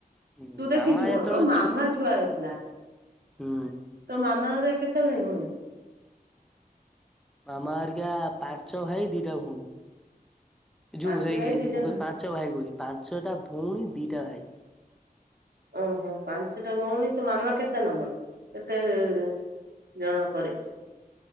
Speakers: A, in the centre; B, on the right (about 80°).
A: ହୁଁ
B: ତୁ ଦେଖିଛୁ
A: ମାମା ଯେତେବେଳେ
B: କଣ ମାମା ଛୁଆ ହେଇଥିଲା
A: ହୁଁ
B: ତୋ ମାମା ର କେତେ ଭାଇ ଭଉଣୀ?
A: ମାମା ଘରିକା ପାଞ୍ଚ ଭାଇ ଦିଟା ଭଉଣୀ।
B: ପାଞ୍ଚ
A: ଯୋଉ ହେଇ
B: ଭାଇ ଦି ଜଣ
A: ମୁଁ କହିଲି ପାଞ୍ଚ ଭାଇ ଭଉଣୀ ପାଞ୍ଚଟା ଭଉଣୀ ଦିଟା ଭାଇ।
B: ଓହୋ ପାଞ୍ଚଟା ଭଉଣୀ ତୋ ମାମା କେତେ ନମ୍ୱର? କେତେ ଜଣ ପରେ?